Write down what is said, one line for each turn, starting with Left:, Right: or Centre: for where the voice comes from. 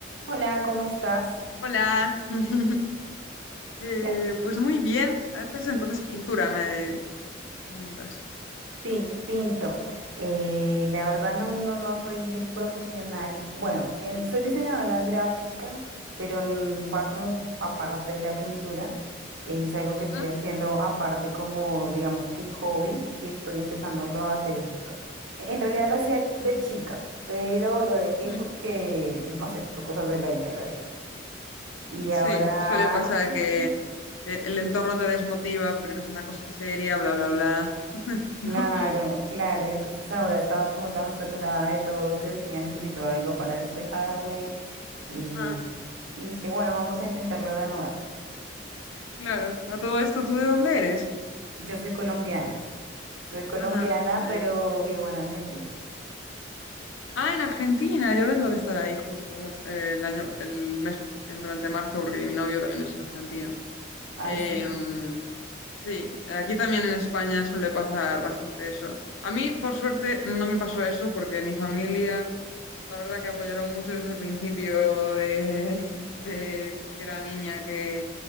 Right: Hola, ¿cómo estás?
Left: Hola, <laughs> Eh,
Right: Ya,
Left: pues muy bien, haces entonces pintura, me comentas.
Right: Sí, pinto. Eh, la verdad no, no, no soy profesional. Bueno, en- soy diseñadora gráfica, pero mm, va como aparte de la pintura. Es algo que
Left: Ujú.
Right: estoy haciendo aparte como, digamos que hobby, que estoy empezándolo a hacer. En realidad lo hacía de chica, pero lo dejé
Left: Mm.
Right: porque, no sé, por cosas de la vida lo dejé. Y
Left: Sí,
Right: ahora
Left: suele pasar que
Right: <laughs>
Left: eh, el entorno te desmotiva porque no es una cosa seria, bla, bla, bla. <laughs>
Right: Claro,
Left: ¿No?
Right: claro, y entonces ahora estaba como tan saturada de todo que decía necesito algo para despejarme y,
Left: Ah,
Right: y dije, bueno, vamos a intentarlo de nuevo.
Left: claro, a todo esto, ¿tú de dónde eres?
Right: Yo soy colombiana, soy colombiana,
Left: Ajá. a ver.
Right: pero vivo en Argentina.
Left: Ah, en Argentina, yo vengo de estar ahí justo, bueno, eh, el año, el mes, en- durante marzo, porque mi novio también es argentino.
Right: Así
Left: Em,
Right: sí.
Left: Sí, aquí también en España suele pasar bastante eso. A mí, por suerte, no me pasó eso porque mi familia, la verdad que apoyaron mucho desde el principio de, <laughs> de que era niña, que